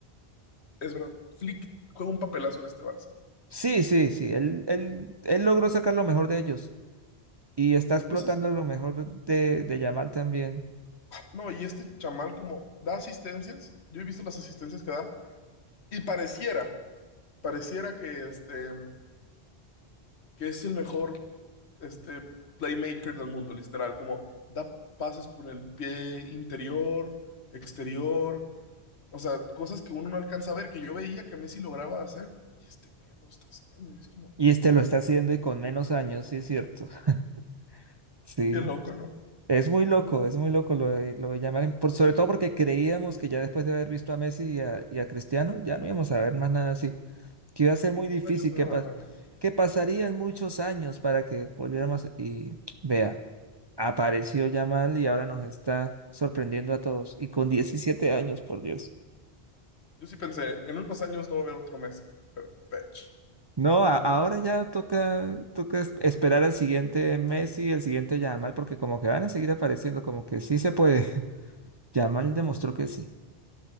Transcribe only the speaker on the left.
es verdad. Flick juega un papelazo en este Barça.
Entonces,
no, y este chamal como da asistencias, yo he visto las asistencias que da, y pareciera pareciera que, este, que es el mejor este, playmaker del mundo, literal, como da pases con el pie interior, exterior, o sea, cosas que uno no alcanza a ver, que yo veía que Messi lograba hacer, y este men lo está haciendo, y es como,
qué loco, ¿no?
Unos años no
va a
haber nada.
Yo sí pensé, en unos años no va a haber otro Messi, pero fetch.
No,